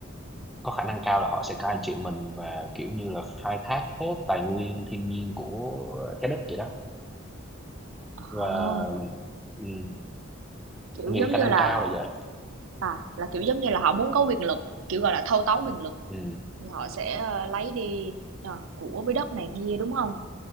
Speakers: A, in the centre; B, on the right (about 75°).
A: có khả năng cao là họ sẽ cai trị mình và kiểu như là khai thác hết tài nguyên thiên nhiên của trái đất vậy đó
B: Ờ,
A: và ừ,
B: kiểu,
A: anh
B: giống
A: nghĩ
B: như
A: khả năng
B: là
A: cao là vậy
B: à, là, kiểu, giống như là họ muốn có quyền lực, kiểu, gọi là, thâu tóm quyền lực
A: ừ,
B: thì họ sẽ, ơ, lấy đi, ờ, của với đất này kia, đúng không